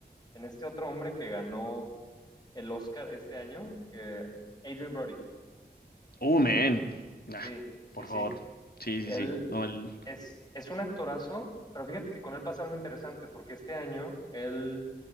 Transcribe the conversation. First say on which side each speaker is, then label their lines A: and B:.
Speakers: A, on the left; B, on the left.
A: en este otro hombre que ganó el Oscar este año, que Adrian Brody.
B: Oh, man.
A: Eh, co- sí,
B: Ah,
A: sí,
B: por
A: sí.
B: favor. Sí, sí,
A: Él
B: sí. No, el...
A: es, es un actorazo, pero fíjate que con él pasa algo interesante, porque este año él,